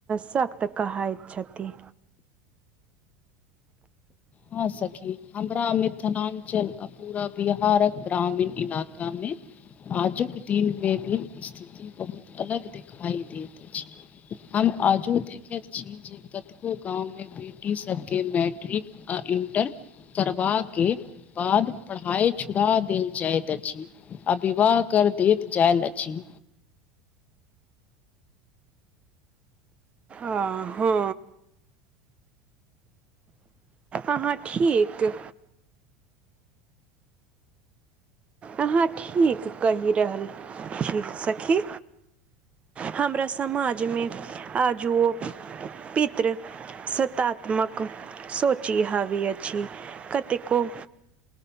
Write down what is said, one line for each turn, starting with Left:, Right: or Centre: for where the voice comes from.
Right: सख्त कहाइत छथि
Left: हँ सखी हमरा मिथिलाञ्चल आ पूरा बिहारक ग्रामीन इलाका मे आजुक दिन मे भ स्थिति बहुत अलग देखिाई दैत अछि हम आजो देखैत छी जे कतेको गाम मे बेटी सभके मैट्रिक आ इणटर करबाक बाद पढ़ाइ छुड़ा देल जाइत अछि अविवाह कर दैत जायल अछि
Right: आ हँ अहाँ ठीक अहाँ ठीक कहि रहल छी सखी हमरा समाज मे आजू पित्र स्तात्मक सोची हवी अछि कतेको